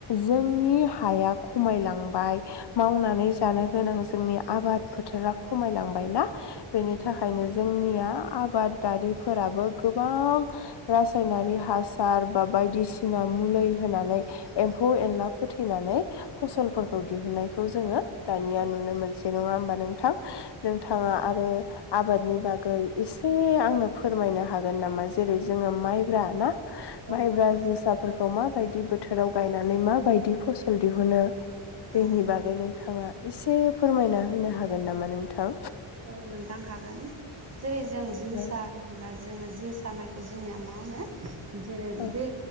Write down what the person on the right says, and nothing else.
औ
औ
औ
औ
औ नोंथां हागोन जेरै जों जोसा
होनब्ला जोङो जोसा माइखौ जोंनिया मा होनो जेरै
बे